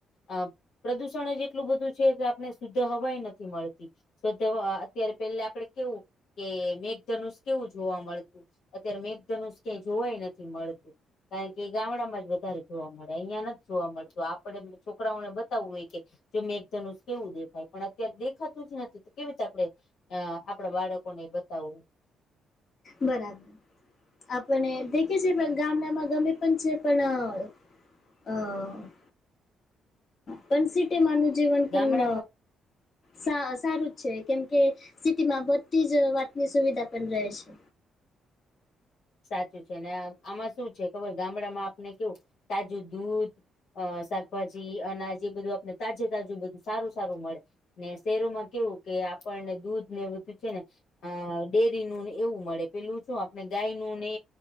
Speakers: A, on the left; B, on the left.
A: અ પ્રદુષણ જ એટલું બધું છે, કે આપને શુદ્ધ હવાઈ નથી મળતી <inaudible> અત્યારે પેલા આપડે કેવું કે મેઘધનુષ કેવું જોવા મળતું. અત્યારે મેઘધનુષ ક્યાય જોવાય નથી મળતું કારણ કે એ ગામડામાં જ વધારે જોવા મળે અહિયાં નથ જોવા મળતું આપડે છોકરાઓને બતાવવું હોય કે જો મેઘધનુષ કેવું દેખાય પણ અત્યારે દેખાતું જ નથી તો કેવી રીતે આપડે અ આપડા બાળકોને એ બતાવવું
B: બરાબર આપને દેખે છે પણ ગામડામાં ગમે પણ છે પણ અ પણ સિટી માનું જીવન પણ
A: ગામડામાં
B: સા સારું જ છે કેમ કે સિટીમાં બધી જ વાતની સુવિધા પણ રહે છે
A: સાચું છે ને આમાં શું છે ખબર ગામડામાં આપને કેવું તાજું દૂધ અ શાકભાજી અનાજ એ બધું આપને તાજે તાજું બધું સારું સારું મળે ને શહેરો માં કેવું કે આપણને દૂધ ને બધું છે ને અ ડેરી નું ને એવું મળે પેલું શું આપણે ગાય નુ ને